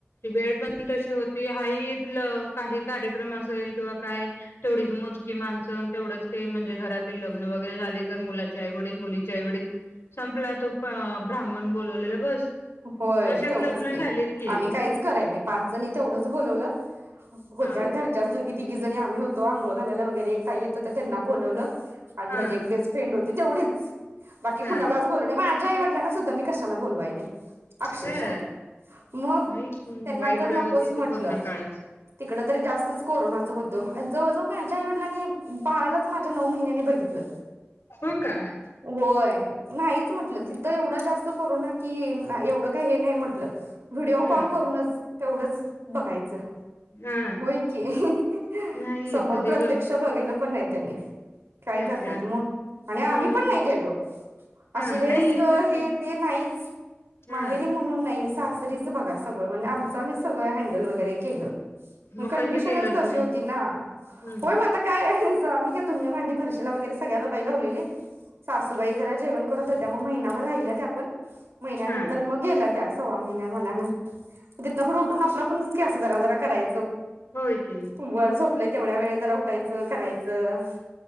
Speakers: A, on the left (about 85°); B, on the right (about 85°).
A: वेळ पण तशी होती हा इथल काही कार्यक्रम असेल किंवा काय तेवढीच मोजकी माणस अन तेवढंच ते म्हणजे घरातील लग्न वगैरे झाली तर मुलाचे आई वडील मुलीचे आईवडील संपला तो ब्राह्मण बोलवलेला बस.
B: होय
A: वर्षात
B: तेवढंच
A: लग्न
B: के
A: झालीत की
B: आम्ही काहीच कराय नाही पाच जणी तेवढच बोलवल हो होत्या
A: हा
B: घरच्याच दोघी तिघी जणी आम्ही होतो आंघोळ घालायला वगैरे एक ताई येत होत्या त्यांना बोलवलं आणि
A: हा
B: माझे एक बेस्ट फ्रेंड होती तेवढीच बाकी
A: ह
B: कुणालाच बोलो नाय माया आईवडलांना सुद्ध मी कशाला बोलवाय नाय. अक्षरशा
A: ह
B: मग
A: नाही
B: त्यांना
A: वाईट
B: तर
A: वेळ
B: नकोच
A: होती
B: म्हटलं
A: ती कोरोना काळात
B: तिकड तर जास्तच कोरोनाच होत जवळजव माझ्या आईवडिलांनी बाळालाच माझ्या नऊ महिन्यानी बघितल.
A: हो का
B: होय नाहीच म्हंटलं तिथ एवढं जास् कोरोना की का एवढ काही हे नाही म्हटल. व्हिडीओ
A: ह
B: कॉल करूनच तेवढंच बघायच
A: हा
B: होय की ही ही
A: नाही
B: समोर
A: येत देव
B: प्रत्यक्ष बघील पण नाही त्यांनी काय
A: अच्छा
B: करणार मग आणि आम्ही
A: हो
B: पण नाही गेलो अशी
A: हा
B: रेस्ट
A: नाही
B: हे
A: तेच
B: ते नाहीच.
A: हा
B: माहेरी म्हणून ना नाही सासरीच बघा सगळ म्हणजे आमच आमीच सगळ हँडल वगैरे केल.
A: मग
B: कंडीशन
A: कसं केलं
B: च तशी
A: तुम्ही
B: होती ना
A: हम्म
B: होय म आता काय मी काय धुण भांडी फरशिला वगैरे सगळ्याला बाई लावलेली सासूबाई जरा जेवण करत होत्या मग महिनाभर राहिल्या त्या पण महिनानं
A: हा
B: तर मग गेला त्यास तवा महिना झाल्यानंत तिथन पुढं उठून आपल आपणच कॅन्सल जरा जरा कराय
A: होय की
B: वर झोप आपलं तेवढ्या वेळ जरा उठाचं कराचं